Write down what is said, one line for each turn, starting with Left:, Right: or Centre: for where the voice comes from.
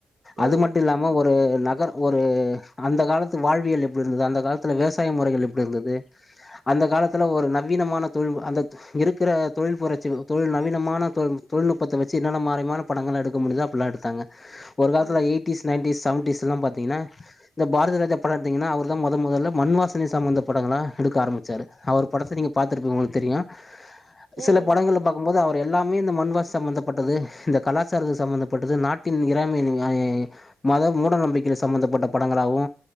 Left: அது
Right: ம்
Left: மட்டு இல்லாம ஒரு ஒரு நகர் ஒரு அந்த காலத்து வாழ்வியல் எப்டி இருந்தது அந்த காலத்துல விவசாய முறைகள் எப்டி இருந்தது அந்த காலத்துல ஒரு நவீனமான தொழில் அந்த இருக்கிற தொழில் புரட்சி தொழில் நவீனமான தொழில் தொழில்நுட்பத்த வச்சு என்னென்ன மாரியமான படங்கள்லா எடுக்க முடிதா அப்புட்ல்லாம் எடுத்தாங்க ஒரு காலத்துல
Right: ஆமா
Left: எயிட்டிஸ் நைன்ீஸ் செவன்டீஸ்லாமபாத்திங்கனா இந்த பாரத ரஜ படம் எடுத்திங்கன்னா அவர்தா மொத மொதல்ல மண்வாசனி சம்பந்த படங்களாம் எடுக்க ஆரம்பிச்சார் அவர் படத்த நீங்க பாத்திருப்பிங்க உங்களுக்கு தெரியு
Right: ம்
Left: சில படங்க பாக் இருக்கும்போது அவர் எல்லாமே இந்த மண்வாசு சம்பமந்தப்பட்டது இந்த கலாச்சாரத்து சம்பமந்தப்பட்டது நாட்டின் இராமை மத மூட நம்பிக்கைல சம்பந்தப்பட்ட படங்களாவு